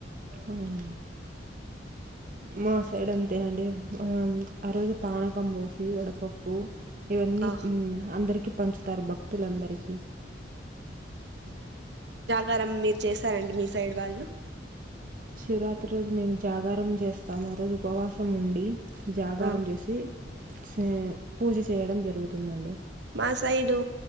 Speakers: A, on the right; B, on the right.
A: అవును మా సైడ్ అంతే అండి మ్మ్ ఆ రోజు పానకం పోసి వడపప్పు ఇవన్నీ
B: ఆ
A: మ్మ్ అందరికి పంచుతారు భక్తులందరికీ
B: గరమ్ మీరు చేస్తారండి మీ సైడ్ వాళ్ళు
A: శివరాత్రి రోజు మేము జాగారం చేస్ స్తాం రోజు ఉపవాసం ఉండి జాగారం
B: ఆ
A: చేసి స్ పూజ చేయడం జరుగుతుందండి
B: మా సైడు